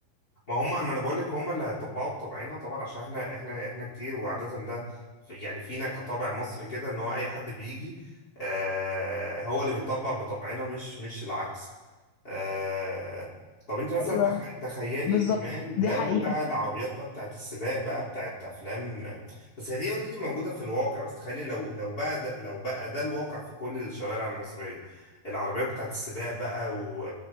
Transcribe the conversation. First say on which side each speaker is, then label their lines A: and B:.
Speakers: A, on the left (about 20°); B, on the left (about 80°).
A: ما هم ما انا بقول لك هم اللي هيطبقوا بطبعنا طبعا عشان احنا احنا احنا كتير وعادة ده في- يعني فينا كطبع مصري كده ان هو اي حد بيجي آه هو اللي بيطبق بطبعنا مش مش العكس آه... طب انت مثلا
B: أيوه
A: تخ... تخيلي
B: بالظبط
A: كمان
B: دي
A: لو
B: حقيقة
A: بقى العربيات بقى بتاعت السباق بقى بتاعت افلام بس هي دي اوريدي موجوده في الواقع بس تخيلي لو لو بقى ده لو بقى ده الواقع في كل الشوارع المصريه العربيات بتاعت السباق بقى و...